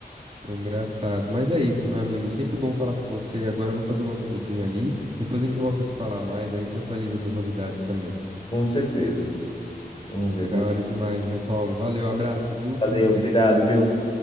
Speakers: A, on the right; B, on the left.
A: É engraçado. Mas é isso, meu amigo. Sempre bom falar com você. Agora eu vou fazer uma comidinha ali. Depois a gente volta a se falar mais. Aí se atualiza das novidades também.
B: Com certeza. Vamos ver, vamos.
A: Da hora demais, João Paulo. Valeu, abraço, viu?
B: Valeu,
A: Tamo junto.
B: obrigado, viu?